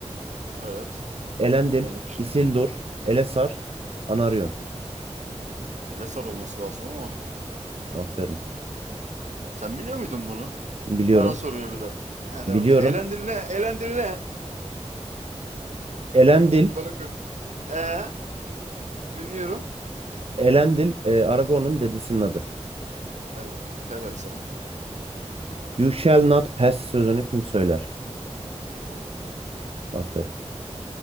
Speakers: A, on the right; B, on the right.
A: Evet.
B: Elendil,
A: Alayım şimdi.
B: Isildur, Elessar, Anarion.
A: Elesar olması lazım ama.
B: Aferin.
A: Sen biliyor muydun bunu?
B: Biliyorum.
A: Bana soruyor bir de. Hadi
B: Biliyorum.
A: orada. Elendil ne? Elendil ne?
B: Elendil,
A: Şıklara koy. Ee, dinliyorum.
B: Elendil e, Aragorn'un dedesinin adı.
A: He, helal sana.
B: You shall not pass sözünü kim söyler?
A: Gandalf.
B: Aferin.